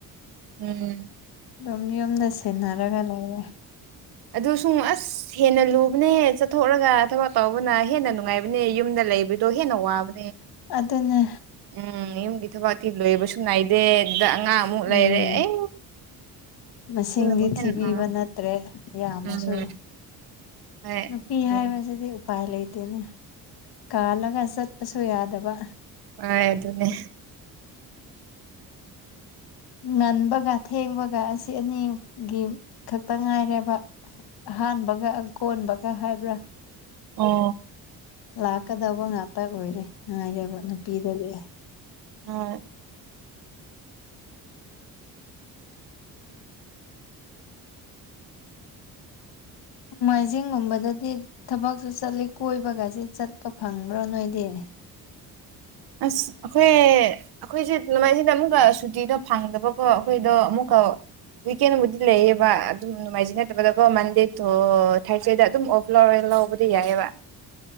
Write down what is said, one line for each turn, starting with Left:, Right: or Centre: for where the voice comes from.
Right: ꯎꯝ
Left: ꯑꯗꯨꯝ ꯌꯨꯝꯗ ꯁꯦꯟꯅꯔꯒ ꯂꯩꯔꯦ
Right: ꯑꯗꯨ ꯁꯨꯡ ꯑꯁ ꯍꯦꯟꯅ ꯂꯨꯕꯅꯦ ꯆꯠꯊꯣꯛꯔꯒ ꯊꯕꯛ ꯇꯧꯕꯅ ꯍꯦꯟꯅ ꯅꯨꯡꯉꯥꯏꯕꯅꯦ ꯌꯨꯝꯗ ꯂꯩꯕꯗꯣ ꯍꯦꯟꯅ ꯋꯥꯕ
Left: ꯑꯗꯨꯗꯅꯦ
Right: ꯎꯝ ꯌꯨꯝꯒꯤ ꯊꯕꯇꯤ ꯂꯣꯏꯕꯁꯨ ꯅꯥꯏꯗꯦꯗ ꯑꯉꯥꯡꯃꯨꯛ ꯂꯩꯔꯦ
Left: ꯎꯝ
Right: ꯑꯦ
Left: ꯃꯁꯤꯡꯗꯤ
Right: ꯑꯗꯨꯅꯕꯨ ꯍꯦꯟꯅ
Left: ꯊꯤꯕꯤꯕ
Right: ꯑꯥ
Left: ꯅꯠꯇ꯭ꯔꯦ ꯌꯥꯝꯃꯁꯨ
Right: ꯎꯝ ꯍꯣꯏ
Left: ꯅꯨꯄꯤ
Right: ꯑꯗꯨꯅꯤ
Left: ꯍꯥꯏꯕꯁꯤꯗꯤ ꯎꯄꯥꯏ ꯂꯩꯇꯦꯅꯦ ꯀꯥꯜꯂꯒ ꯆꯠ ꯑꯨ ꯌꯥꯗꯕ
Right: ꯑ ꯑꯗꯨꯅꯦ
Left: ꯉꯟꯕꯒ ꯊꯦꯡꯕꯒ ꯑꯁꯤ ꯑꯅꯤꯒꯤ ꯈꯛꯇ ꯉꯥꯏꯔꯦꯕ ꯑꯍꯥꯟꯕ ꯀꯣꯟꯕꯒ ꯍꯥꯏꯕ꯭ꯔꯥ
Right: ꯑꯣ
Left: ꯂꯥꯛꯀꯗꯕ ꯉ ꯇ ꯑꯣꯏꯔꯦ ꯉꯥꯏꯔꯦꯕ ꯅꯨꯄꯤꯗꯨꯗꯤ
Right: ꯍꯣꯏ
Left: ꯃꯥꯏꯖꯤꯡꯒꯨꯝꯕꯗꯗꯤ ꯊꯕꯛꯁꯨ ꯆꯠꯂꯤ ꯀꯣꯏꯕꯒꯁꯤꯦ ꯆꯠꯄ ꯐꯪꯕ꯭ꯔꯣ ꯅꯣꯏꯗꯤ <unintelligible>
Right: ꯑꯁ ꯑꯩꯈꯣꯏ ꯑꯩꯈꯣꯏꯁꯦ ꯅꯃꯥꯏꯁꯤꯗ ꯑꯃꯨꯛꯀ ꯁꯨꯇꯤꯗꯣ ꯐꯪꯗꯕꯀꯣ ꯑꯩꯈꯣꯏꯗꯣ ꯑꯃꯨꯛꯀ ꯋꯤꯛꯀꯦꯟꯕꯨꯗꯤ ꯂꯩꯌꯦꯕ ꯑꯗꯨꯝ ꯅꯨꯡꯉꯥꯏꯖꯩ ꯅꯠꯇꯕꯗꯀꯣ ꯃꯟꯗꯦꯗꯣ ꯊꯥꯔꯁꯗꯦꯗ ꯑꯗꯨꯝ ꯑꯣꯐ ꯂꯧꯔꯦ ꯂꯕꯗꯤ ꯌꯥꯑꯦꯕ